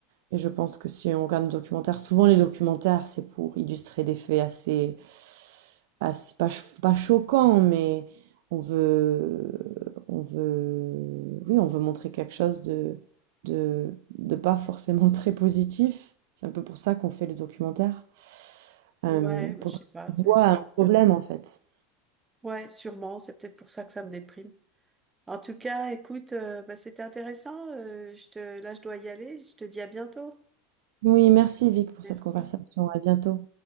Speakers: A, on the right; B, on the right.
A: Et je pense que si on regarde un documentaire, souvent les documentaires, c'est pour illustrer des faits assez, assez pas, cho- pas choquants, mais on veut, on veut, oui, on veut montrer quelque chose de, de, de pas forcément <laughs> très positif. C'est un peu pour ça qu'on fait le documentaire, euh,
B: Ouais, moi,
A: pour
B: je
A: donner
B: sais pas. c'est-
A: voix à un problème en fait.
B: Ouais, sûrement. C'est peut-être pour ça que ça me déprime. En tout cas, écoute, euh, bah, c'était intéressant. euh, je te... Là, je dois y aller. Je te dis à bientôt.
A: Oui, merci Vic pour
B: Merci.
A: cette conversation. À bientôt.